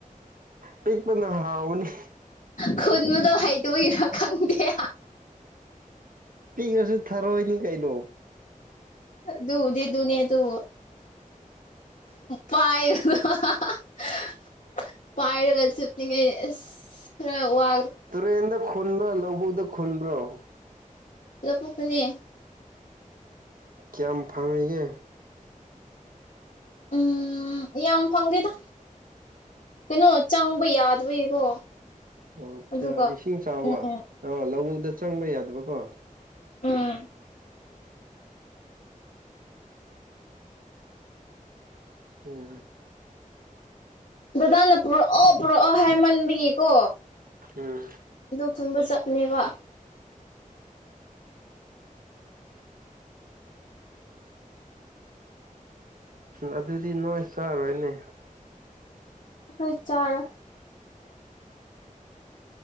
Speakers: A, on the right; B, on the left.
A: ꯄꯤꯛꯄꯅ ꯍꯥꯎꯕꯅꯤ
B: ꯈꯨꯨꯟꯕꯗꯣ ꯍꯩꯇꯕꯩꯔ ꯈꯪꯗꯦ
A: ꯄꯤꯛꯂꯁꯨ ꯊꯔꯣꯏꯅꯤ ꯀꯩꯅꯣ
B: ꯑꯗꯨꯕꯨꯗꯤ ꯑꯗꯨꯅꯤ ꯑꯗꯨ ꯄꯥꯏ <unintelligible> ꯄꯥꯏꯔꯒ ꯆꯨꯞꯅꯤꯡꯉꯩ ꯑꯁ ꯈꯔ ꯋꯥ
A: ꯇꯨꯔꯦꯟꯗ ꯈꯨꯟꯕ꯭ꯔꯣ ꯂꯧꯕꯨꯗ ꯈꯨꯟꯕ꯭ꯔꯣ
B: ꯂꯕꯨꯛꯇꯅꯦ
A: ꯀꯌꯥꯝ ꯐꯪꯉꯤꯒꯦ
B: ꯎꯝ ꯌꯥꯝ ꯐꯪꯗꯦꯗ ꯀꯩꯅꯣ ꯆꯪꯕ ꯌꯥꯗꯕꯒꯤꯀꯣ
A: ꯑꯣ
B: ꯑꯗꯨꯒ
A: ꯏꯁꯤꯡ ꯆꯥꯎꯥꯕ
B: ꯎꯝ
A: ꯑꯣ ꯂꯧꯕꯨꯛꯇ ꯆꯪꯕ ꯌꯥꯗꯕꯀꯣ
B: ꯎꯝ
A: ꯎꯝ
B: ꯗꯗꯥꯅ ꯄꯨꯔꯛꯑꯣ ꯄꯨꯔꯛꯑꯣ ꯍꯥꯏꯃꯟꯕꯒꯤꯀꯣ
A: ꯎꯝ
B: ꯑꯗꯨ ꯈꯟꯕ ꯆꯠꯂꯦꯕ
A: ꯎꯝ ꯑꯗꯨꯗꯤ ꯅꯣꯏ ꯆꯥꯔꯣꯏꯅꯦ
B: ꯍꯣꯏ ꯆꯥꯔꯣꯢ